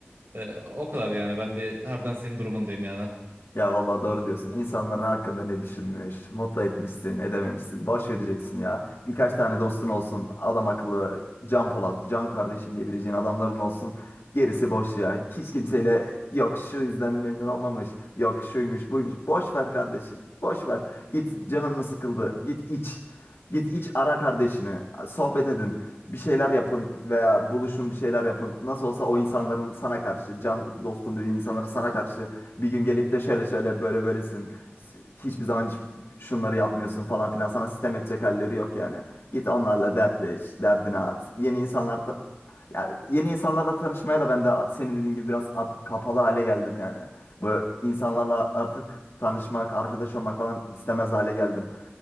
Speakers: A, on the right; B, on the left.
A: Ee, o kadar yani. Ben de harbiden senin durumundayım yani.
B: Ya vallahi doğru diyorsun. İnsanların hakkında ne düşünmüş, mutlu etmişsin, edememişsin. Boş vereceksin ya. Birkaç tane dostun olsun. Adam akıllı, Can Polat, Can kardeşim diyebileceğin adamların olsun. Gerisi boş ya. Hiç kimseyle yok şu yüzden memnun olmamış, yok şuymuş, buymuş. Boş ver kardeşim, boş ver. Git canın mı sıkıldı? Git iç. Git iç ara kardeşini. Sohbet edin. Bir şeyler yapın veya buluşun bir şeyler yapın. Nasıl olsa o insanların sana karşı, can dostum dediğin insanların sana karşı bir gün gelip de şöyle şöyle böyle böylesin. Hiçbir zaman hiç şunları yapmıyorsun falan filan. Sana sitem edecek halleri yok yani. Git onlarla dertleş, derdini at. Yeni insanlar ta- ya yeni insanlarla tanışmaya da ben de senin dediğin gibi biraz artık kapalı hale geldim yani. Bu insanlarla artık tanışmak, arkadaş olmak falan istemez hale geldim.